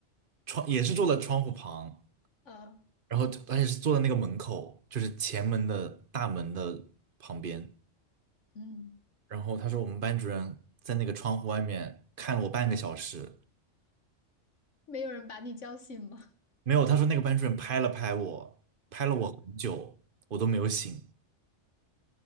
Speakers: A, on the right (about 50°); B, on the left (about 80°).
A: 窗也是坐在窗户旁，
B: 呃
A: 然后而且是坐在那个门口，就是前门的大门的旁边。
B: 嗯，
A: 然后他说我们班主任在那个窗户外面看了我半个小时，
B: 没有人把你叫醒吗？
A: 没有，他说那个班主任拍了拍我，拍了我很久，我都没有醒。